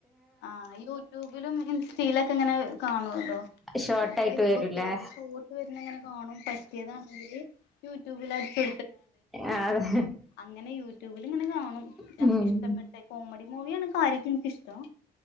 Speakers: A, on the left (about 85°); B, in the centre.
A: ആഹ് യൂട്യൂബിലും ഇൻസ്റ്റയിലൊക്കങ്ങനെ കാണുല്ലോ.
B: ഷോർട്ട്
A: എന്താ
B: ആയിട്ട്
A: ഫേസ്ബുക്കിലൊക്കെ
B: വരൂലേ
A: ഷോട്ട് വരുന്നങ്ങനെ കാണും. പറ്റിയതാണെങ്കില് യൂട്യൂബിൽ അടിച്ചോ
B: ആഹ്‌ അതെ
A: അങ്ങനെ യൂട്യൂബിലിങ്ങനെ കാണും.
B: ഉം
A: നമുക്ക്ഷ്ടപ്പെട്ട കോമഡി മൂവിയാണ് കാര്യത്തി എനിക്കിഷ്ടം.